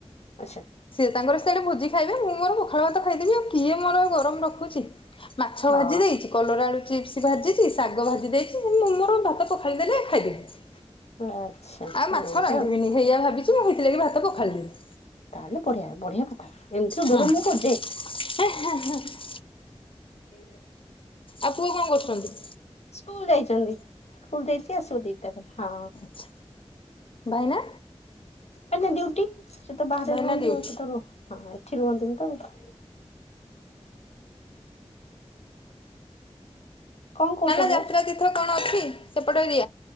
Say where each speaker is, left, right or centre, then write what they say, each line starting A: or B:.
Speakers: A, on the left (about 75°); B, on the left (about 55°).
A: ଆଛା।
B: ସିଏ ତାଙ୍କର ସିଆଡେ ଭୋଜି ଖାଇବେ ମୁଁ ମୋର ପୋଖାଳ ଭାତ ଖାଇଦବି ଆଉ କିଏ ମୋର ଗରମ ରଖୁଚି। ମାଛ
A: ହଁ
B: ଭାଜି ଦେଇଚି କଲରା ଆଳୁ ଚିପ୍ସ ଭାଜିଚି ଶାଗ ଭାଜି ଦେଇଚି ମୁଁ ମୋର ଭାତ ପଖାଳି ଦେଲେ ଖାଇଦେବି।
A: ଆଚ୍ଛା
B: ଆଉ ମାଛ
A: ଏମିତି
B: ରାନ୍ଧିବିନି
A: ଆଉ।
B: ହେଇଆ ଭାବିଚି ମୁଁ ହେଇଥିଲାଗି ଭାତ ପଖାଳି ଦେନି।
A: ତାହେଲେ ବଢିଆ ବଢିଆ କଥା ଏମିତି ସୁଯୋଗ
B: ହୁଁ।
A: ମୁଁ ଖୋଜେ।
B: <unintelligible>
A: <unintelligible>
B: ଆଉ ପୁଅ କଣ କରୁଚନ୍ତି?
A: ସ୍କୁଲ ଯାଇଚନ୍ତି ସ୍କୁଲ ଯାଇଚି ଆସିବ ଦିଟାରେ ହଁ।
B: ଆଚ୍ଛା ଭାଇନା
A: ଏଇନା ଡିଉଟି ସେ ତ ବାହାରେ
B: ଭାଇନା
A: ରୁହନ୍ତି
B: ଡ୍ୟୁଟି।
A: ଆଉ ଏଠି ତ ରୁହ ହଁ ଏଠି ରୁହନ୍ତିନି ତ ହଁ। କଣ କହୁଛ
B: ନା ନା
A: ବୋଉ?
B: ଯାତ୍ରା ତୀର୍ଥ କଣ ଅଛି ସେପଟ ଏ